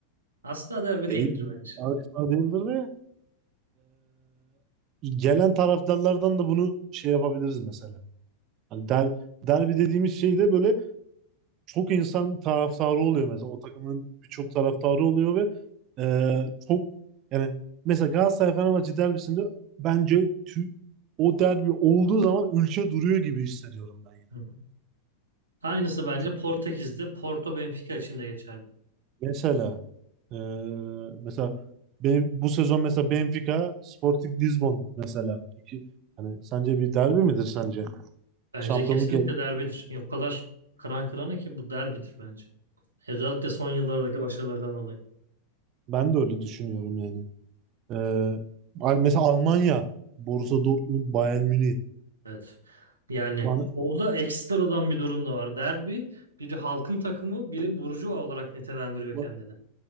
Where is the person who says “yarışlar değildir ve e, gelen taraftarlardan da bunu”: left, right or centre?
Right